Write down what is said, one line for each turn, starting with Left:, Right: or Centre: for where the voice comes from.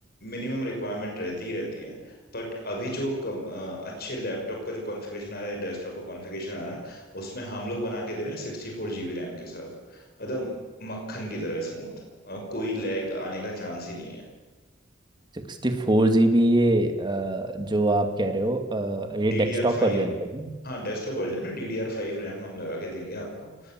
Left: मिनिमम रिक्वायरमेंट रहती ही रहती है बट अभी जो कम, अ, अच्छे लैपटॉप का जो कॉन्फ़िगरेशन आ रहा है डेस्कटॉप का कॉन्फ़िगरेशन आ रहा है उसमें हम लोग बना के दे रहे हैं सिक्सटी फोर जीबी रैम के साथ एकदम मक्खन की तरह स्मूथ कोई लैग आने का चांस ही नहीं है
Right: सिक्सटी फोर जी बी ये अ, जो आप कह रहे हो अ, ये
Left: D D
Right: डेस्कटॉप
Left: R five
Right: वर्जन पे ना?
Left: हाँ डेस्कटॉप वर्जन में डी डी आर फाइव रैम हम लगा के देंगे आपको